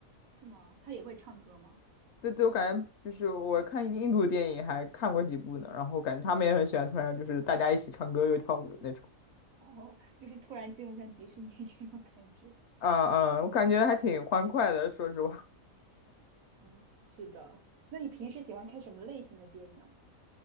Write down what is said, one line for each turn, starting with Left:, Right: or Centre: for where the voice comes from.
Right: 是吗？他也会唱歌吗？
Left: 对对，我感觉就是我看印度电影还看过几部呢，然后感觉他们也很喜欢，突然就是大家一起唱歌又跳舞那种。
Right: 哦，就是突然进入像迪士尼 <laughs> 这种感觉。
Left: 嗯嗯，我感觉还挺欢快的，说实话。
Right: 嗯，是的。那你平时喜欢看什么类型的电影呢？